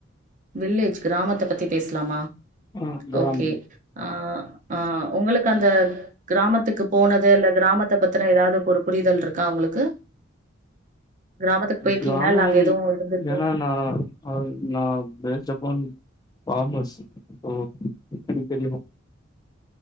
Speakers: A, on the right; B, on the left.
A: வில்லேஜ் கிராமத்த பத்தி பேசலாமா
B: ஆ கிராமம்
A: ஓகே ஆ ஆ ஆ உங்களுக்கு அந்த கிராமத்துக்கு போனது இல்ல கிராமத்த பத்துனா ஏதாவது ஒரு புரிதல் இருக்கா உங்களுக்கு கிராமத்துக்கு போயிருக்கீங்களா
B: கிராமம்
A: இல்ல அங்க எதுவு இருந்திருக்கு
B: ஏன்னா நா நா பேஸ்டு அப்பன் காமஸ் சோ எப்டி தெரியு